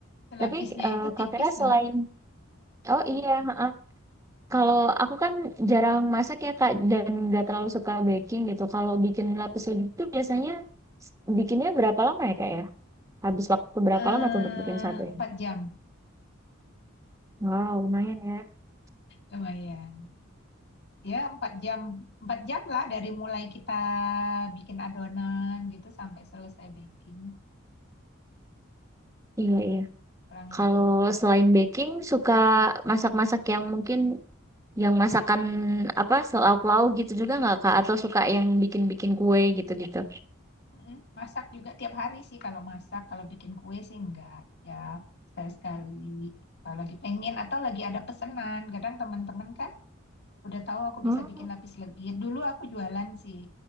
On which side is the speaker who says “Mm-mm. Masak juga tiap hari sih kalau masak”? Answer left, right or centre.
Left